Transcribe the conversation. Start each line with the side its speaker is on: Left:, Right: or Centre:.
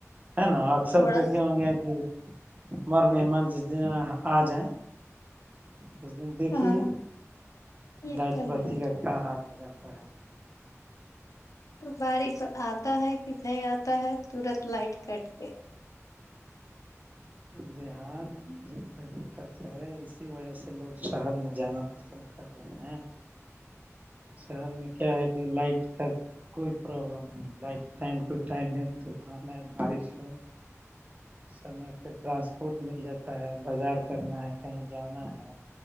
Right: ہے نا اکثر
Left: تھوڑا
Right: دیکھے ہوں گے کہ ہمارا مہمان جس دن آ جائیں اس دن دیکھیے
Left: ہاں یہ
Right: لائٹ
Left: تو
Right: بتی
Left: ہے
Right: کا کیا ہاتھ پہ جاتا ہے
Left: تو بارش آتا ہے کہ نہیں آتا ہے ترنت لائٹ کٹ گئی
Right: بہار میں ایک دقت ہے اسی وجہ سے لوگ شہر میں جانا پسند کررہے ہے شہر میں کیا ہے کہ لائٹ کا کوئی پرابلم نہیں ٹایم ٹو ٹائم کھانا ہے بارش ہو سر میں پھر ٹرانس فوڈ مل جاتا ہے بازار کرنا ہے کہیں جانا ہے